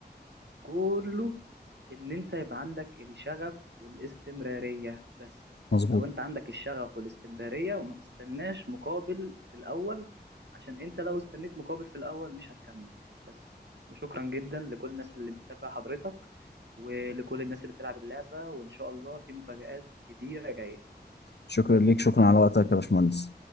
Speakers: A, on the right (about 85°); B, on the left (about 75°).
A: كله ان انت يبقى عندك الشغف والاستمرارية بس
B: مظبوط
A: لو انت عندك الشغف والاستمرارية وما تستناش مقابل في الاول عشان انت لو استنيت مقابل في الاول مش هتكمل بس وشكرا جدا لكل الناس اللي بتتابع حضرتك ولكل الناس اللي بتلعب اللعبة وان شاء الله في مفاجآت كبيرة جاية
B: شكرا ليك شكرا على وقتك يا باشمهندس